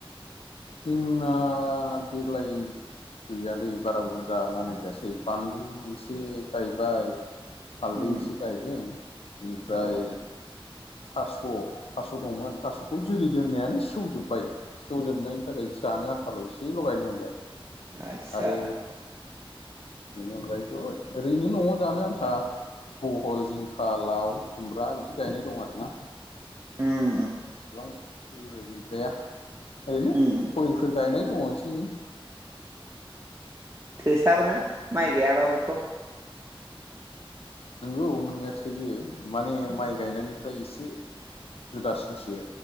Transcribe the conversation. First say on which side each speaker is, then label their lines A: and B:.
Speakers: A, on the left (about 85°); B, on the right (about 25°).
A: जोंना देग्लाय गैयालै बारा बुरजा मावनाय जासै बानलु एसे गायबाय हालदै
B: उम
A: इसे गायदों बेनिफ्राय
B: औ
A: थास' थास' दंमोन थास'खौ जोलै दोननायानो सेवजोब्बाय सेवजोबनायनि नि थाखायसे जानो आंथाल' एसे लगायनो मोनबाय
B: आतसा
A: आरो बेनि अनगायैथ' ओरैनो न'आव जानो आन्था बहल जिंखा लाव खुमब्रा बिदि गायनाय दं आरोना
B: उम
A: इसिबां जेबो गैद्राया ओरैनो
B: उम
A: गयफोर गायनाय दङ एसे एनै
B: थोसाबोना माइ गायाबाबोथ'
A: नंगौ नोंनाया थोयो माने
B: उम
A: माइ गायनायनि ओमफ्राय एसे जुदासिनसो